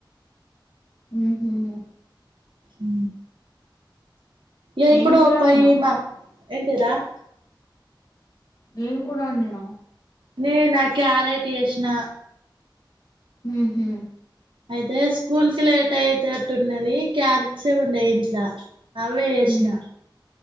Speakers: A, on the left; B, on the right.
A: ఉహ్మ్.
B: ఊ. ఏ ఇప్పుడు
A: ఏం కూర వండినవ్
B: పోయి మా. ఎంటిరా? !.
A: ఎం కుడొండినవ్.? !
B: నేనా! క్యారేట్ యెస్నా.
A: ఉహ్మ్.
B: అయితే స్కూల్ కి లేట్ అయితట్టున్నది క్యారెట్సె ఉండే ఇంట్ల. అవే యెష్నా.
A: ఉ